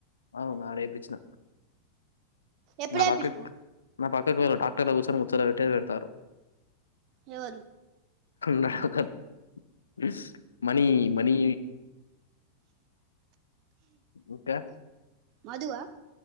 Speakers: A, on the left; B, on the right.
A: అవునా రేపచ్చిన
B: ఎప్పుడు
A: నా పక్కక
B: ఏపిచ్చినవ్
A: నా పక్కకు వేరే డాక్టర్ ల కూర్చున తలా పెట్టే ది పెడతారు
B: ఏవరు
A: నాక థిస్ మనీ మనీ బుక్క
B: మధు ఆ